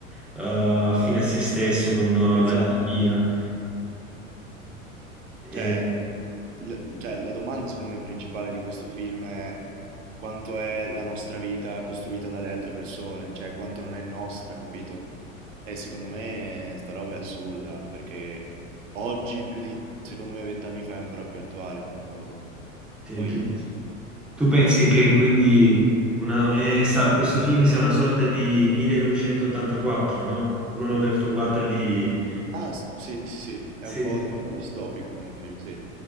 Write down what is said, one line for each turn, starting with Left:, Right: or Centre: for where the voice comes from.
Centre: eh, fine a se stesso con eh, la
Right: Esatto.
Centre: giratina.
Right: Cioè,
Centre: E...
Right: mh, l- cioè, la domanda secondo me principale di questo film è quanto è la nostra vita costruita dalle altre persone, cioè quanto non è nostra, capito? E secondo me sta roba è assurda, perché oggi più di, secondo me, vent'anni fa è ancora più attuale come cosa.
Centre: Sì,
Right: Poi...
Centre: tu- Tu pensi che quindi una- eh, sa- questo film sia una sorta di 1984, no? 1984 di...
Right: Ah, s- sì, sì, sì, è
Centre: Sì,
Right: un po',
Centre: sì.
Right: è un po' distopica come film, sì.